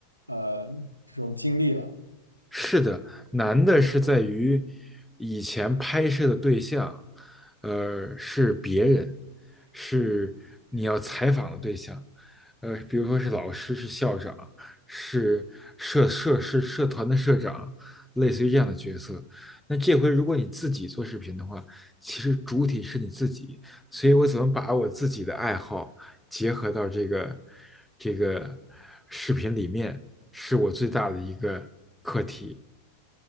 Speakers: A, on the right; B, in the centre.
A: 呃这种经历了。
B: 是的，难的是在于以前拍摄的对象，呃，是别人，是你要采访的对象，呃，比如说是老师、是校长、是社社是社团的社长，类似于这样的角色。那这回如果你自己做视频的话，其实主体是你自己，所以我怎么把我自己的爱好结合到这个这个视频里面，是我最大的一个课题。